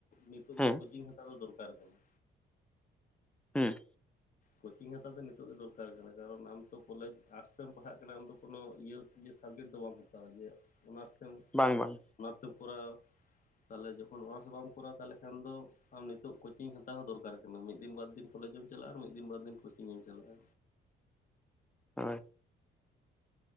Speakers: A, on the left (about 40°); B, in the centre.
A: ᱱᱤᱛᱚᱜ
B: ᱦᱮᱸ
A: ᱜᱮ ᱠᱳᱪᱤᱝ ᱦᱟᱛᱟᱣ ᱫᱚ ᱫᱚᱨᱠᱟᱨ ᱠᱟᱱᱟ᱾
B: ᱦᱩᱸ
A: ᱠᱳᱪᱤᱝ ᱦᱟᱛᱟᱣ ᱫᱚ ᱱᱤᱛᱚᱜ ᱜᱮ ᱫᱚᱨᱠᱟᱨ ᱠᱟᱱᱟ᱾ ᱠᱟᱨᱚᱱ ᱟᱢ ᱛᱚ ᱠᱚᱞᱮᱡᱽ ᱟᱨᱴᱥ ᱛᱮᱢ ᱯᱟᱲᱦᱟᱜ ᱠᱟᱱᱟ ᱟᱢ ᱫᱚ ᱠᱳᱱᱳ ᱤᱭᱟᱹ ᱤᱭᱟᱹ ᱥᱟᱵᱽᱡᱮᱠᱴ ᱫᱚ ᱵᱟᱢ ᱦᱟᱛᱟᱣᱟ ᱤᱭᱟᱹ ᱚᱱᱟᱨᱥ ᱛᱮᱢ
B: ᱵᱟᱝ ᱵᱟᱝ
A: ᱚᱱᱟᱨᱥ ᱛᱮᱢ ᱠᱚᱨᱟᱣ, ᱛᱟᱦᱚᱞᱮ ᱡᱚᱠᱷᱚᱱ ᱚᱱᱟᱨᱥ ᱛᱮ ᱵᱟᱢ ᱠᱚᱨᱟᱣ ᱛᱟᱦᱚᱞᱮ ᱠᱷᱟᱱ ᱫᱚ ᱟᱢ ᱱᱤᱛᱚᱜ ᱠᱳᱪᱤᱝ ᱦᱟᱛᱟᱣ ᱦᱚᱸ ᱫᱚᱨᱠᱟᱨ ᱠᱟᱱᱟ᱾ ᱢᱤᱫ ᱫᱤᱱ ᱵᱟᱨ ᱫᱤᱱ ᱠᱚᱞᱮᱡᱽ ᱮᱢ ᱪᱟᱞᱟᱜᱼᱟ, ᱟᱨ ᱢᱤᱫ ᱫᱤᱱ ᱵᱟᱨ ᱫᱤᱱ ᱠᱳᱪᱤᱝ ᱮᱢ ᱪᱟᱞᱟᱜᱼᱟ᱾
B: <unintelligible>